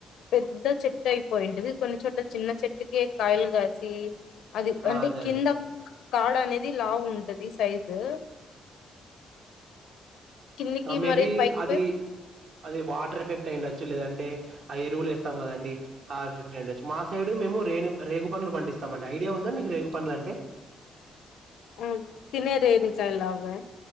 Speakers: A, on the left; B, on the right.
A: పెద్ద చెట్టు అయిపో పోయింటిది కొన్ని చోట్ల చిన్న చెట్టుక కాయలు కాసి అది
B: ఆ!
A: అంటే
B: అదే
A: కింద
B: అదే.
A: కాడ్ అనేది లా ఉంటది సైజు కిందికి
B: ఆ మేబి
A: మరి పైకి
B: అది
A: పోయి
B: అది వాటర్ ఎఫెక్ట్ అయిండచ్చు లేదంటే ఆ ఎరువులు వస్తాం కదం హచ్చ మా సైడ్ మేము రే రేగు పనులు పండిస్తామండి ఇద ఉందా మీకు రేగు పనుల అంటే
A: ఆ తినే రదుకాయలా అ